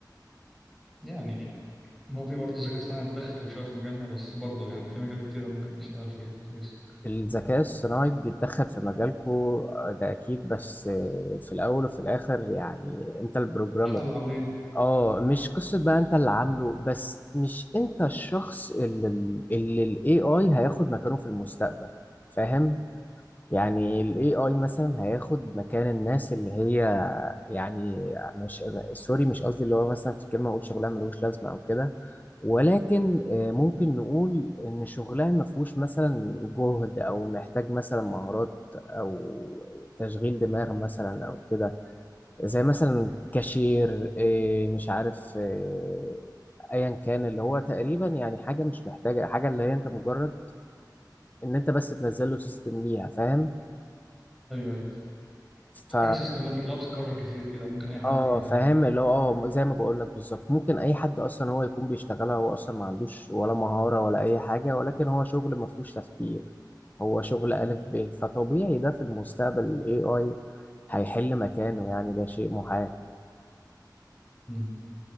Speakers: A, in the centre; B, on the left.
A: يعني هو في برضه الذكاء الصناعي اتدخل شويه في مجالنا بس برضه يعني في مجال كتيره ممكن نشتغل فيها كويس
B: الذكاء الصناعي بيتدخل في مجالكو آه، ده اكيد بس آه، في الاول وفي الاخر يعني انت البروجرامر
A: احنا اللي عاملينه
B: اه مش قصة بقى انت اللي عامله بس مش انت الشخص اللي ال- اللي ال AI هياخد مكانه في المستقبل فاهم يعني ال AI مثلا هياخد مكان الناس اللي هي يعني مش سوري مش قصدي اللي هو مثلا في كلمة اقول شغلها ملوش لازمة او كده ولكن آه، ممكن نقول ان شغلها ما فيهوش مثلا جهد او محتاج مثلا مهارات او تشغيل دماغ مثلا او كده زي مثلا كاشير إيه، مش عارف إيه، ايا كان اللي هو تقريبا يعني حاجه مش محتاجه حاجه اللي هي انت مجرد ان انت بس تنزل له سيستم ليها فاهم
A: ايوه ايوه
B: ف
A: حاجه سيستماتيك لو بتتكرر كتير كده ممكن اي حد
B: اه
A: يعملها
B: فاهم اللي هو اه زي ما بقول لك بالظبط ممكن اي حد اصلا هو يكون بيشتغلها هو اصلا ما عندوش ولا مهاره ولا اي حاجه ولكن هو شغل ما فيهوش تفكير هو شغل الف ب فطبيعي ده في المستقبل الاي اي هيحل مكانه يعني ده شيء محال
A: مم.